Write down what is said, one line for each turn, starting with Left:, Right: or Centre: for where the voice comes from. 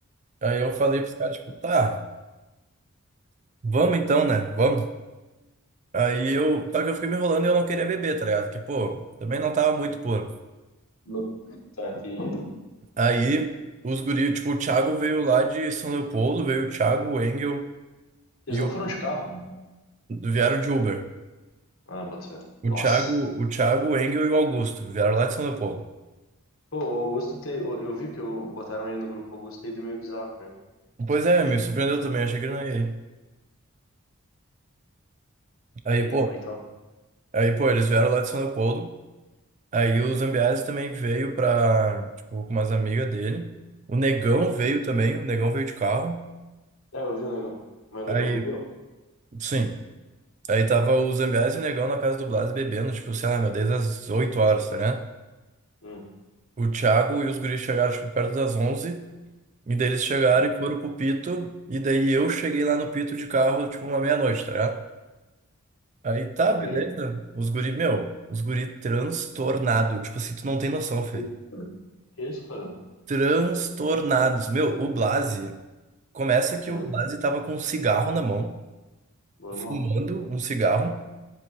Right: Aí eu falei pros caras, tipo, tá, vamos então, né? Vamos. Aí eu, só que eu fiquei me enrolando e eu não queria beber, tá ligado? Que, pô, também não tava muito puro.
Left: No- Tá, entendi.
Right: Aí os guri, tipo, o Thiago veio lá de São Leopoldo, veio o Thiago, o Engel
Left: Eles
Right: e
Left: não
Right: o,
Left: foram de carro?
Right: vieram de Uber.
Left: Ah, bota fé.
Right: O
Left: Nossa.
Right: Thiago, o Thiago, o Engel e o Augusto vieram lá de São Leopoldo.
Left: Pô, o Augusto, te... eu eu vi que eu... botaram ele no grupo Augusto e do meio bizarro pra mim.
Right: Pois é, me surpreendeu também, achei que não ia. ir. Aí,
Left: E aí,
Right: pô,
Left: como é que tava?
Right: aí, pô, eles vieram lá de São Leopoldo. Aí o Zambiase também veio pra, tipo, com umas amigas dele. O Negão veio também, o Negão veio de carro.
Left: É, eu vi o negão. Mas o
Right: Aí,
Left: negão bebeu.
Right: sim. Aí tava o Zambiase e o Negão na casa do Blas bebendo, tipo, sei lá, meu, desde as 8 horas, tá ligado?
Left: Hum,
Right: O Thiago e os guris chegaram, tipo, perto das onze E daí eles chegaram
Left: tá.
Right: e foram pro Pito. E daí eu cheguei lá no Pito de carro, tipo, uma meia-noite, tá ligado? Aí tá,
Left: Ah,
Right: beleza.
Left: peguei.
Right: Os guri, meu, os guri transtornado. Tipo assim, tu não tem noção, Fê.
Left: Que isso, cara? Que isso, cara?
Right: Transtornados. Meu, o Blase. Começa que
Left: Meu,
Right: o Blase tava com um cigarro na mão,
Left: normal.
Right: fumando um cigarro.